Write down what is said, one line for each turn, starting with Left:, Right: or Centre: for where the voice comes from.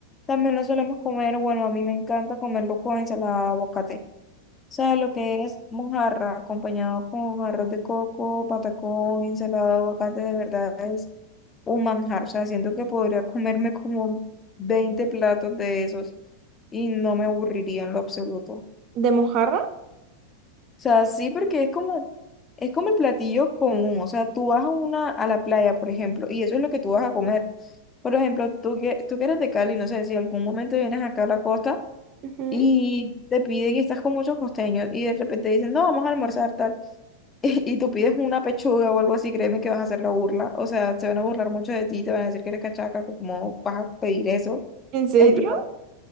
Left: también lo solemos comer, bueno, a mí me encanta comerlo con ensalada de aguacate. sea, lo que es mojarra acompañado con arroz de coco, patacón, ensalada de aguacate, de verdad es un manjar. O sea, siento que podría comerme como 20 platos de esos y no me aburriría en lo absoluto. O
Right: ¿De mojarra?
Left: sea, sí, porque es como, es como el platillo común. O sea, tú vas a una, a la playa, por ejemplo, y eso es lo que tú vas a comer. Por ejemplo, tú que, tú que eres de Cali, no sé si algún momento vienes acá a la costa
Right: Ujú.
Left: y te piden y estás con muchos costeños y de repente dicen, no, vamos a almorzar tal. <laughs> Y tú pides una pechuga o algo así, créeme que vas a hacer la burla. O sea, se van a burlar mucho de ti, te van a decir que eres cachaca, que cómo vas a pedir eso.
Right: ¿En serio?
Left: En plan,